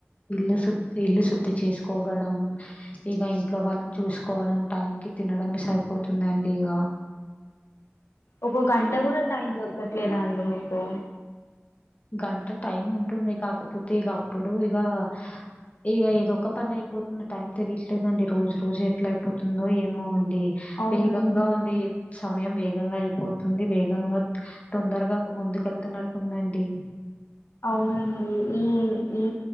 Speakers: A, on the left (about 30°); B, on the left (about 80°).
A: ఇల్లు శుద్ ఇల్లు శుద్దిి చేసుకోవడం. ఇక ఇంట్లో వాళ్ళని చూసుకోవడం టైం కి తినడం సరిపోతుందండి ఇగ.
B: ఒక గంట కూడా టైం దొరకట్లేదా, అండి మీకు?
A: గంట టైం ఉంటుంది కాకపోతే ఇక అప్పుడు ఇక గంట టైమ్ ఉంటుంది కాకపోతే ఇగ అప్పుడు ఇగ ఏదో ఒక పని అయిపోతుందో టైం తెయట్లేదండి రోజు రోజు ఎట్లా అయిపోతుందో ఏమో. అండి
B: అవునండి
A: వేగంగా ఉంది. సమయం వేగంగా అయిపోతుంది వేగంగా తొందరగా ముందుకెళ్తున్నట్టుందండి.
B: అవునండి ఈ ఈ